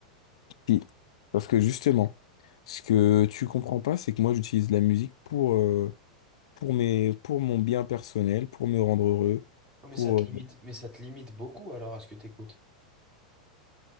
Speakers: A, on the left (about 60°); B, on the right (about 25°).
A: Si. Parce que justement, ce que tu comprends pas, c'est que moi j'utilise la musique pour, euh, pour mes, pour mon bien personnel, pour me rendre heureux,
B: non mais
A: pour...
B: ça te
A: euh,
B: limite, mais ça te limite beaucoup alors à ce que t'écoutes.